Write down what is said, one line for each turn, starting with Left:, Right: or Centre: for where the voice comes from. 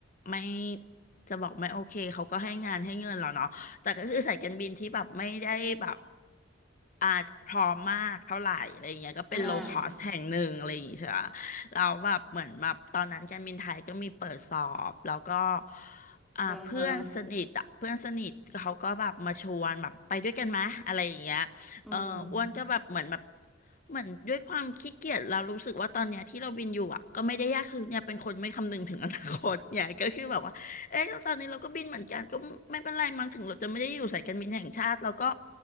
Left: ไม่จะบอกไม่โอเคเขาก็ให้งานให้เงินเราเนาะแต่ก็คือสายการบินที่แบบไม่ได้แบบอาจพร้อมมากเท่าไหร่อะไรอย่างเงี้ยก็เป็นโลคอสแห่งหนึ่งอะไรอย่างงี้ใช่ปะเราแล้วแบบเหมือนแบบตอนนั้นการบินไทยก็มีเปิดสอบแล้วก็
Centre: อ่า
Left: อ่าเพื่อนสนิทอ่ะเพื่อนสนิทเขาก็แบบมาชวนแบบไปด้วยกันไหมอะไรอย่างเงี้ย
Centre: อ่าฮะอืม
Left: เอออ้วนก็แบบเหมือนแบบ เหมือนด้วยความขี้เกียจเรารู้สึกว่าตอนเนี้ยที่เราบินอยู่อ่ะก็ไม่ได้ยากคือเนี่ยเป็นคนไม่คำนึงถึงอนาคต <laughs> เนี่ยก็คือแบบว่าเอ้ยตอนนี้เราก็บินเหมือนกันก็ไม่เป็นไรมั้งถึงเราจะไม่ได้อยู่สายการบินแห่งชาติเราก็